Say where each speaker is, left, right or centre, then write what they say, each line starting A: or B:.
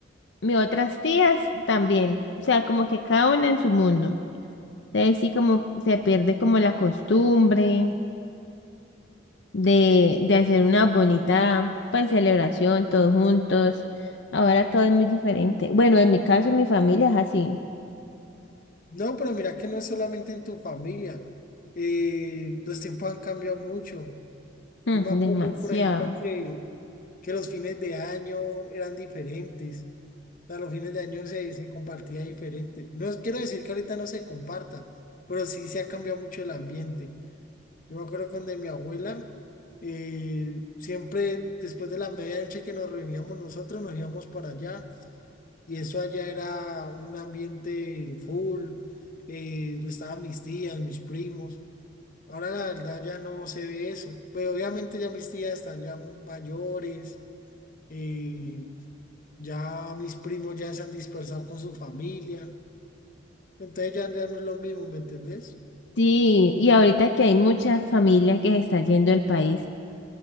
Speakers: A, on the left; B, on the left.
A: mis otras tías también. O sea, como que cada una en su mundo. Entonces sí como se pierde como la costumbre de, de hacer una bonita pues celebración todos juntos. Ahora todo es muy diferente. Bueno, en mi caso, en mi familia es así.
B: No, pero mira que no es solamente en tu familia. Eh, los tiempos han cambiado mucho.
A: Mm,
B: Yo me acuerdo,
A: demasiado.
B: por ejemplo, que, que los fines de año eran diferentes. O sea, los fines de año se, se compartía diferente. No es- quiero decir que ahorita no se comparta, pero sí se ha cambiado mucho el ambiente. Yo me acuerdo que donde mi abuela, eh, siempre después de la medianoche que nos reuníamos nosotros, nos íbamos para allá y eso allá era un ambiente full, eh, estaban mis tías, mis primos. Ahora la verdad ya no se ve eso, pero obviamente ya mis tías están ya mayores, eh, ya mis primos ya se han dispersado con su familia, entonces ya, ya no es lo mismo, ¿me entendés?
A: Sí, y ahorita que hay muchas familias que se está yendo del país.